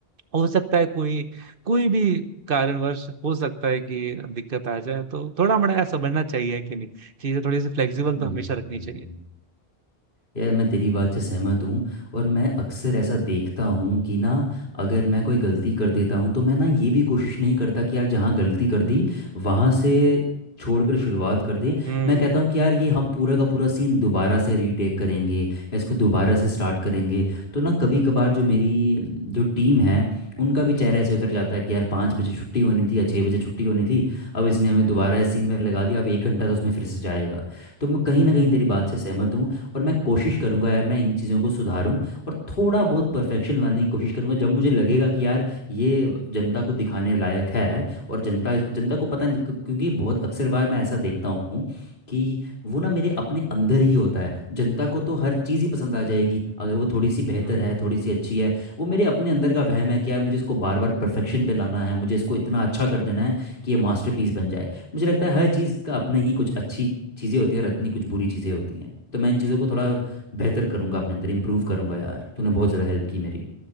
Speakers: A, on the right (about 55°); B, on the left (about 50°).
A: हो सकता है कोई कोई भी कारणवश हो सकता है कि दिक्कत आ जाए तो थोड़ा मोड़ा यार समझना चाहिए कि नहीं चीजें थोड़ी सी फ्लेक्सिबल
B: हम्म,
A: तो हमेशा रखनी
B: हम्म,
A: चाहिए
B: यार मैं तेरी बात से सहमत हूँ और मैं अक्सर ऐसा देखता हूँ कि ना अगर मैं कोई गलती कर देता हूँ तो मैं ना ये भी कोशिश नहीं करता कि यार जहाँ गलती कर दी वहाँ से छोड़कर शुरुआत कर दें
A: हम्म
B: मैं कहता हूँ कि यार ये हम पूरा का पूरा सीन दोबारा से रीटेक करेंगे या इसको दोबारा से स्टार्ट करेंगे तो ना कभी कभार जो मेरी जो टीम है उनका भी चेहरा ऐसे उतर जाता है कि यार पाँच बजे छुट्टी होनी थी या छः बजे छुट्टी होनी थी अब इसने हमें दोबारा इस सीन में लगा दिया अब एक घंटा तो उसमें फिर से जाएगा तो मैं कहीं
A: हम्म
B: ना कहीं तेरी बात से सहमत हूँ और मैं कोशिश करूंगा यार मैं इन चीज़ों को सुधारूं और थोड़ा बहुत परफेक्शन लाने की कोशिश करूंगा जब मुझे लगेगा कि यार ये जनता को दिखाने लायक है और जनता जनता को पता नहीं क्यों- क्योंकि बहुत अक्सर बार मैं ऐसा देखता हूँ कि वो ना मेरे अपने अंदर ही होता है जनता को तो हर चीज़ ही पसंद आ जाएगी अगर वो थोड़ी सी बेहतर
A: हम्म
B: है थोड़ी सी अच्छी है वो मेरे अपने अंदर का वहम है कि यार मुझे इसको बार बार परफेक्शन पे लाना है मुझे इसको इतना अच्छा कर देना है कि ये मास्टरपीस बन जाए मुझे लगता है हर चीज़ का अपने ही कुछ अच्छी चीज़ें होती हैं और इतनी कुछ बुरी चीज़ें होती हैं तो मैं इन चीज़ों
A: हम्म।
B: को थोड़ा और बेहतर करूँगा अपने अंदर इम्प्रूव करूँगा यार तूने बहुत ज़्यादा हेल्प की मेरी